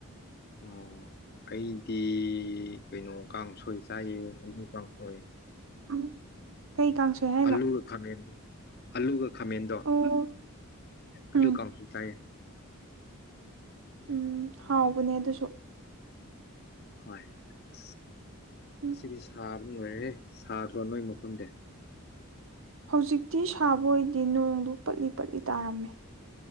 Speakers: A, on the left; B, on the right.
A: ꯑꯣ ꯀꯩꯗꯤ ꯀꯩꯅꯣ ꯀꯥꯡꯁꯣꯏ ꯆꯥꯏꯌꯦ ꯀꯥꯡꯁꯣꯏ
B: ꯑꯗꯨꯝ ꯀꯩ ꯀꯥꯡꯁꯣꯏ ꯍꯥꯏꯅꯣ
A: ꯑꯜꯂꯨꯒ ꯈꯅꯦ ꯑꯜꯂꯨꯒ ꯈꯥꯃꯦꯟꯗꯣ
B: ꯑꯣ
A: ꯑꯗꯨ
B: ꯎꯝ
A: ꯀꯥꯡꯁꯨ ꯆꯥꯏꯌꯦ
B: ꯎꯝ ꯍꯥꯎꯕꯅꯦ ꯑꯗꯨꯁꯨ
A: ꯍ ꯑ
B: ꯎꯝ
A: ꯃꯁꯤꯗꯤ ꯁꯥ ꯑꯗꯨꯉꯥꯏꯔꯦꯍꯦ ꯁꯥꯈ꯭ꯔꯣ ꯅꯣꯏ ꯃꯐꯝꯗ
B: ꯍꯧꯖꯤꯛꯇꯤ ꯁꯥꯕꯣꯏꯗꯤ ꯅꯣꯡꯗꯨ ꯄꯠꯂꯤ ꯄꯠꯂꯤ ꯇꯥꯔꯝꯃꯦ